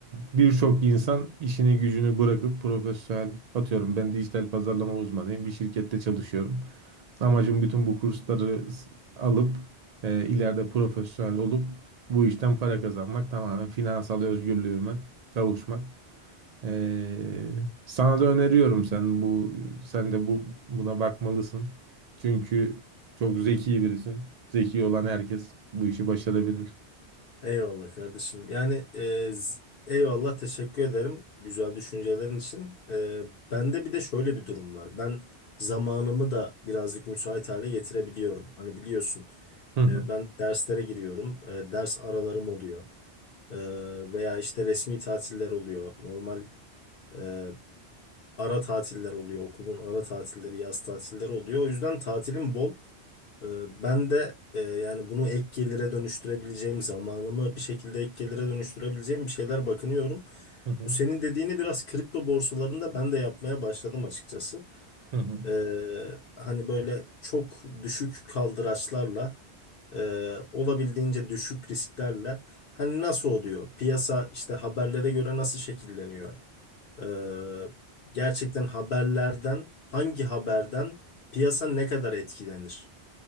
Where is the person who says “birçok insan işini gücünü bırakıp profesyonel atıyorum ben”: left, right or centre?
Right